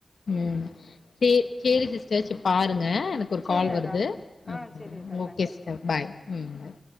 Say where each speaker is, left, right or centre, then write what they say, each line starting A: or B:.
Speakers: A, on the left; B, on the left.
A: ம் சே சேரி சிஸ்டர் சே பாருங்க எனக் கு ஒரு
B: சேரி
A: கால் வருது
B: அக்கா
A: அ
B: ஆ
A: ம்
B: சேரி அக்கா
A: ஓகே
B: தேங்க்யூ
A: சிஸ்டர் பாய் ம் பாய்